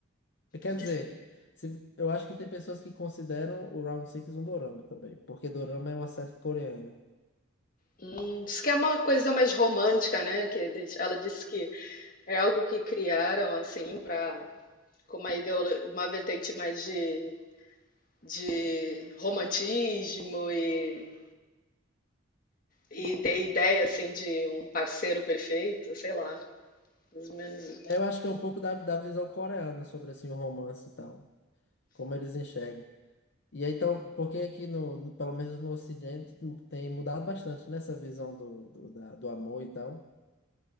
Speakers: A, on the left; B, on the left.
A: Quer
B: Diz,
A: dizer, se, eu acho que tem pessoas que consideram o Round Six um Dorama também, porque Dorama é uma série coreana.
B: hum, diz que é uma coisa mais romântica, né? Que eles, ela disse que É algo que criaram assim para com uma ideolo- uma vertente mais de, de romantismo e, e de ideia assim de um parceiro perfeito, sei lá, mais ou menos.
A: Eu acho que é um pouco da, da visão coreana sobre assim, o romance e tal, como eles enxergam. E aí, então, porque aqui, no, no- pelo menos no Ocidente, tem mudado bastante nessa visão do, do, da- do amor e tal.